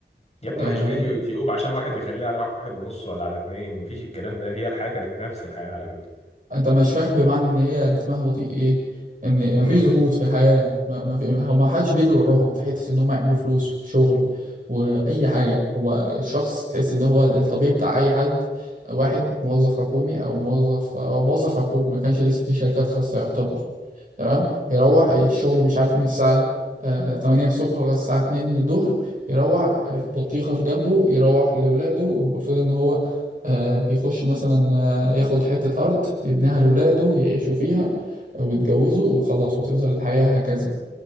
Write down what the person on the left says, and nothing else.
يا ابني
ما هيش فيديو يوتيوب عشان واحد يخليه على واحد ونص ولا على اتنين مفيش الكلام ده هي الحياة كانت نفس الحياة على فكرة
امم